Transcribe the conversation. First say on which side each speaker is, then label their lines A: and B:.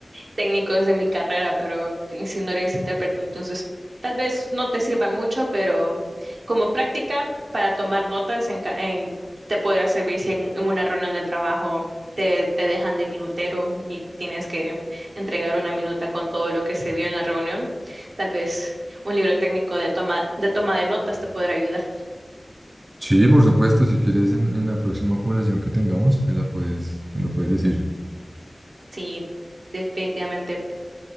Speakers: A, on the right (about 80°); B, on the right (about 35°).
A: técnicos de mi carrera, pero si no eres intérprete, entonces tal vez no te sirvan mucho, pero como práctica para tomar notas en, ca- en- te podrá servir si en, en una reunión del trabajo te, te dejan de minutero y tienes que entregar una minuta con todo lo que se vio en la reunión. Tal vez un libro técnico de toma de, toma de notas te podrá ayudar.
B: Sí, por supuesto, si quieres en, en la próxima conversación que tengamos, me la puedes, me lo puedes decir.
A: Sí, definitivamente.